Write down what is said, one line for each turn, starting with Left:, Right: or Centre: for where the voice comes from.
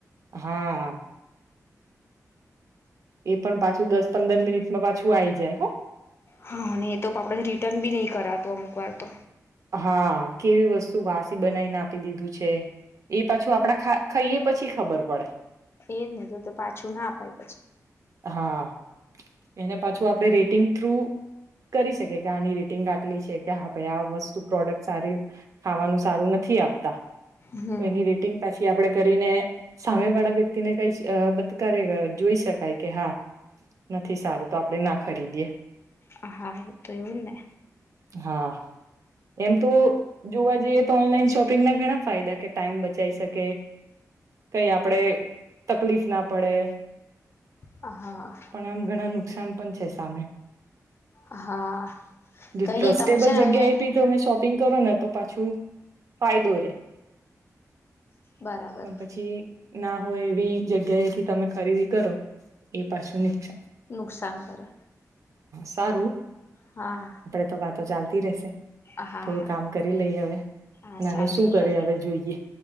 Right: હા એ પણ પાછું દસ પંદર મિનિટ માં પાછું આવી જાય હો
Left: હા નહી એ તો આપણે રિટર્ન બી નહી કરાતું અમુક વાર તો
Right: હા કેવી વસ્તુ વાસી બનાવીને આપી દીધું છે એ પાછું આપડા ખાઈએ પછી ખબર પડે
Left: એજ નહી તો તો પાછું ના અપાય પછી
Right: હા એને પાછું આપણે રેટિંગ થ્રુ કરી શકી કે આની રેટિંગ આટલી છે કે હા ભાઈ આ વસ્તુ પ્રોડક્ટ સારી ખાવાનું સારું નથી આપતા
Left: હમ
Right: તો એની રેટિંગ પછી આપડે કરીને સામે વાળા વ્યક્તિને કઈશ તત્કારે જોઈ શકાય કે હા નથી સારું તો આપણેે ના ખરીદીએ
Left: હ હા એ તો એવું જ ને
Right: હા એમ તો જોવા જઈએ તો ઓનલાઈન શોપિંગ ના ઘણા ફાયદા કે ટાઈમ બચાઈ શકે કઈ આપડે તકલીફ ના પડે
Left: હા
Right: પણ આમ ઘણા નુકસાન <unintelligible> પણ છે સામે
Left: હા
Right: જો
Left: કઈ
Right: ટ્રેસ્ટેબલ
Left: નઈ તમે છે ને
Right: જગ્યા
Left: આવી
Right: એ થી તો તમે શોપિંગ કરો ને તો પાછું ફાયદો રે
Left: બરાબર
Right: પણ પછી ના હોય એવી જગ્યાએથી તમે ખરીદી કરો એ પાછું નીછ
Left: નુકસાન કરે
Right: સારું
Left: હા
Right: આપડે તો વાતો ચાલતી રહેશે
Left: હા
Right: થોડું
Left: હા
Right: કામ કરી લઈ હવે
Left: હા
Right: અને
Left: સારું
Right: આનું શું કરે
Left: ચાલ
Right: હવે જોઈએ